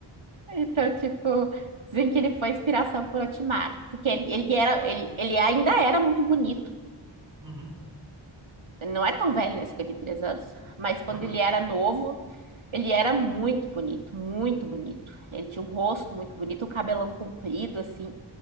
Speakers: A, on the right (about 75°); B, on the right (about 40°).
A: Então,
B: Sim.
A: tipo, dizem que ele foi a inspiração pro Orochimaru, porque ele, ele era ele, ele ainda era muito bonito
B: Uhum,
A: Ele não é tão velho, né? cinquenta e três anos.
B: sim.
A: Mas
B: Não,
A: quando
B: mas
A: ele era
B: é,
A: novo, ele era muito bonito, muito bonito. Ele tinha um rosto muito bonito, um cabelão comprido, assim.